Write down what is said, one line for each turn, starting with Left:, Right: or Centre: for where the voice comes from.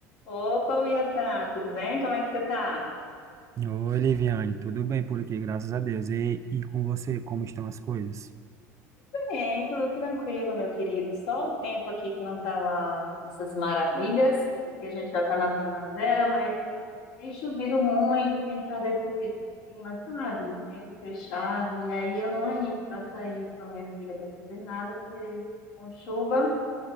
Left: Opa, Iatan, tudo bem? Como é que você tá?
Right: Oi, Liviane, tudo bem por aqui, graças a Deus. E, e com você, como estão as coisas?
Left: Bem, tudo tranquilo, meu querido. Só o tempo aqui que não tá lá essas maravilhas. Aqui a gente já tá na primavera, mas tem chovido muito, tem estado esse, esse clima, sabe? Tempo fechado. E aí eu não animo pra sair com a minha filha pra fazer nada, porque com chuva.